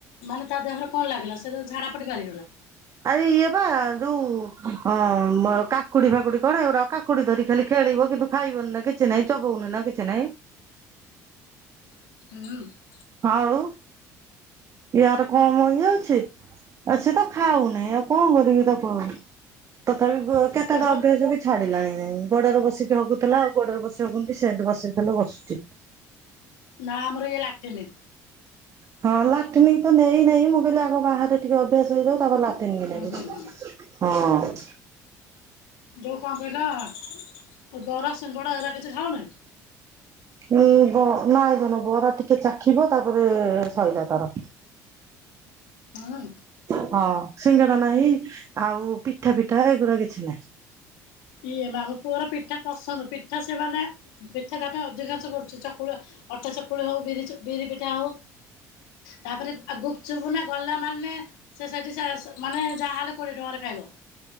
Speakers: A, on the left; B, on the right.
A: ମାନେ ତାଦେହରେ କଁ ଲାଗିଲା ସେତ ଝାଡ଼ାପଟେ ବାହାରିଗଲା।
B: ଆରେ ଇଏବା ଯୋଉଁ ଅମ କାକୁଡ଼ି ଫାକୁଡ଼ି କଣ ଏଉରା କାକୁଡ଼ି ଧରି ଖାଲି ଖେଳିବ କିନ୍ତୁ ଖାଇବନିନା କିଛି ନାଇଁ ଚବଉନୁନା କିଛି ନାଇଁ।
A: <unintelligible>
B: ଆଉ ୟାର କମ୍ ଇଏ ଅଛି ଆସେତ ଖାଉଁନେଇ ଆଉ କଁ କରିବି ତାକୁ ଆଉ ତଥାପି କ କେତେଟା
A: ଏ ଯୋଉ
B: ଅଭ୍ୟାସ ବି ଛାଡ଼ିଲାଣି ଗୋଡ଼ରେ ବସିକି ହଗୁଥିଲା ଆଉ ଗୋଡ଼ରେ ବସି ହଗନ୍ତି ସେମ୍ତି ବସେଇଦେଲେ ବସୁଚୀ।
A: ନା ଆମର ଇଏ ଲାଟିନି।
B: ହଁ ଲାଟନିକିତ ନେଇ ନେଇ ମୁଁ କହିଲି ଆଗ ବାହାରେ ଟିକେ ଅଭ୍ୟାସ ହେଇଯାଉ ତାପରେ ଲା ଟିନିକି
A: ହୁଁ
B: ନେବି
A: ହୁଁ ହୁଁ
B: ହଁ
A: ଯୋଉ କଣ କହିଲ <unintelligible> ସିଙ୍ଗଡା ଏରା କିଛି ଖାଉନି?
B: ଉଁ ବ ନାଇଁ ଧନ ବରା ଟିକେ ଚାଖିବ ତାପରେ ସଇଲା ତାର।
A: ହଁ।
B: ହଁ ସିଙ୍ଗେଡ଼ା ନାହିଁ ଆଉ ପିଠା ପିଠା ଏଗୁରା କିଛି ନାହିଁ।
A: ଇଏ ମା ମୋ ପୁଅର ପିଠା ପସନ୍ଦ ପିଠା ସେ ମାନେ ପିଠା ତା ପାଇଁ ଅଧିକାଂଶ କରୁଚି ଚକୁଳି ଅଟା ଚକୁଳି ହଉ ବିରିଚ ବିରି ପିଠା ହଉ ତାପରେ ଆ ଗୁପଚୁପୁ ନା ଗଲା ମାନେ ସେ ସେଠି ସା ମାନେ ଯାହାହେଲେ କୋଡିଏ ଟଙ୍କାରେ ଖାଇବ।